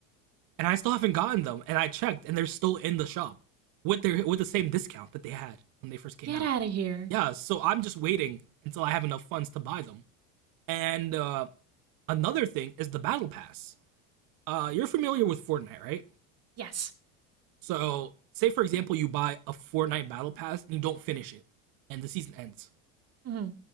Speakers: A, on the right; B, on the right.
A: And I still haven't gotten them, and I checked and they're still in the shop with their with the same discount that they had when they first came
B: Get
A: out.
B: out of here.
A: Yeah, so I'm just waiting until I have enough funds to buy them. And uh, another thing is the battle pass. Uh, you're familiar with Fortnite, right?
B: Yes.
A: So, say for example, you buy a Fortnite battle pass and you don't finish it, and the season ends.
B: Mm-hmm.